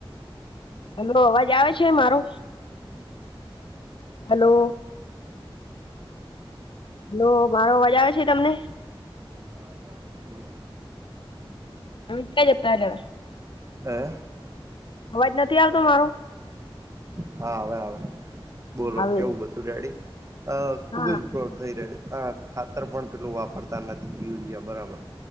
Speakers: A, on the left; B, on the right.
A: હલો અવાજ આવે છે મારો? હલો હલો મારો અવાજ આવે છે તમને?
B: હા હા બોલો
A: તમે ક્યાં જતા રયા છો?
B: હે
A: અવાજ નથી આવતો મારો?
B: હા આવે આવે બોલો
A: આવે
B: કેવું બધું રેડી? અ ખુબ
A: હા
B: જ ફ્રોડ થઈ રહ્યો આ ખાતર પણ પેલું વાપરતા નથી યુરિયા બરાબર